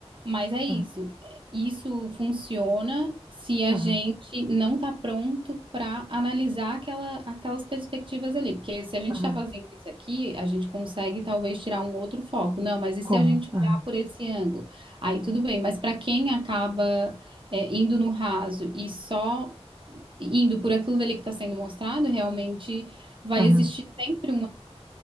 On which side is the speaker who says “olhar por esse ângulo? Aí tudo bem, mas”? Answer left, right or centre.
Right